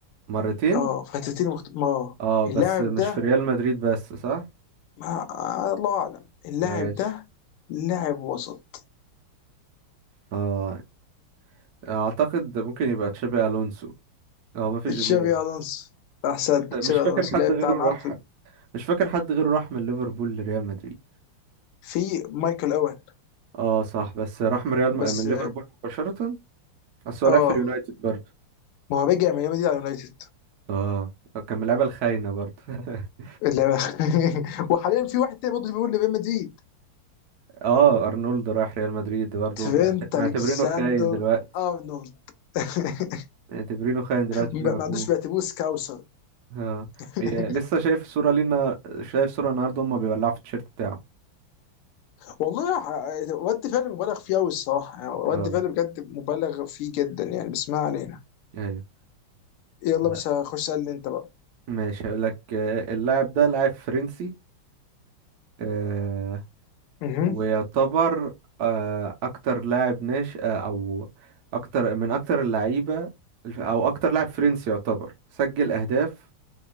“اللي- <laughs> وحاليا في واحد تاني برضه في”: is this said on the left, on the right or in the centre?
Left